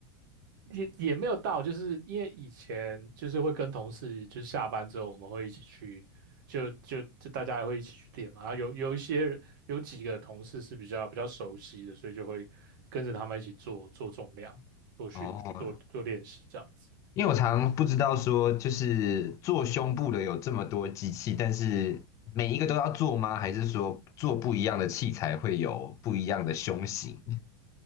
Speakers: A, on the right; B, on the left.
A: 也也没有到，就是因为以前就是会跟同事，就是下班之后我们会一起去，就就就大家会一起去练嘛。然后有有一些人有几个同事是比较比较熟悉的，所以就会跟着他们一起做做重量、做训、
B: 哦。
A: 做做练习这样子。
B: 因为我常不知道说，就是做胸部的有这么多机器，但是每一个都要做吗？还是说做不一样的器材会有不一样的胸型？